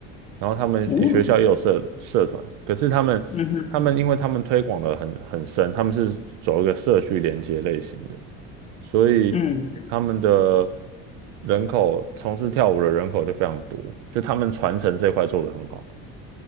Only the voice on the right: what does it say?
然后他们学校也有社社团，
可是他们他们因为他们推广的很很深，
他们是走一个社区连接类型的。所以他们的
人口从事跳舞的人口就非常多，就他们传承这块做的很好。